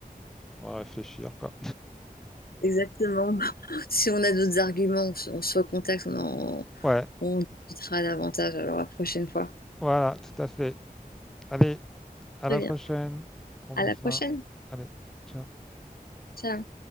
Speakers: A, in the centre; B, on the left.
A: on va réfléchir, quoi.
B: Exactement. <laughs> Si on a d'autres arguments, on se on se recontacte, on en,
A: Ouais,
B: On discutera davantage alors la prochaine fois.
A: voilà, tout à fait. Allez, à
B: Très
A: la
B: bien.
A: prochaine. Prends
B: À
A: bien
B: la
A: ça.
B: prochaine.
A: Allez, ciao.
B: Ciao.